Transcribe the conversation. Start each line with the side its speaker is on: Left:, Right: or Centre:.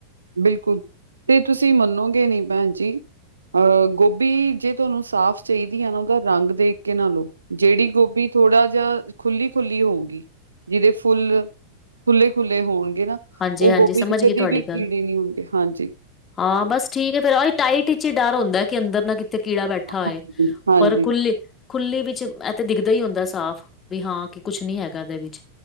Right: ਬਿਲਕੁਲ ਤੇ ਤੁਸੀਂ ਮੰਨੋਗੇ ਨਹੀਂ ਭੈਣ ਜੀ ਆਹ ਗੋਭੀ ਜੇ ਤੁਹਾਨੂੰ ਸਾਫ਼ ਚਾਹੀਦੀ ਐ ਨਾ ਉਹਦਾ ਰੰਗ ਦੇਖ ਕੇ ਨਾ ਲਉ। ਜਿਹੜੀ ਗੋਭੀ ਥੋੜਾ ਜਾ ਖੁੱਲੀ-ਖੁੱਲੀ ਹੋਊਗੀ ਜਿਹਦੇ ਫੁੱਲ ਖੁੱਲੇ-ਖੁੱਲੇ ਹੋਣਗੇ ਨਾ,
Left: ਹਾਂਜੀ
Right: ਉਹ
Left: ਹਾਂਜੀ
Right: ਗੋਭੀ
Left: ਸਮਝ
Right: ਚ ਕਦੇ
Left: ਗਈ ਤੁਹਾਡੀ
Right: ਵੀ ਕੀੜੇ
Left: ਗੱਲ
Right: ਨਹੀਂ ਹੋਣਗੇ, ਹਾਂਜੀ।
Left: ਹਾਂ, ਬਸ ਠੀਕ ਹੈ ਫੇਰ ਉਹੀ ਇਹ ਟਾਈਟ ਚ ਹੀ ਡਰ ਹੁੰਦਾ ਕਿ ਅੰਦਰ ਨਾ ਕਿ ਤੇ ਕੀੜਾ ਬੈਠਾ
Right: ਹਾਂਜੀ,
Left: ਹੋਏ
Right: ਹਾਂਜੀ
Left: ਪਰ ਖੁੱਲੀ ਖੁੱਲ੍ਹੀ ਵਿੱਚ ਇਥੇ ਦਿਖਦਾ ਹੀ ਹੁੰਦਾ ਸਾਫ਼, ਵੀ ਹਾਂ ਕੀ ਕੁਛ ਨੀ ਹੈਗਾ ਇਹਦੇ ਵਿੱਚ।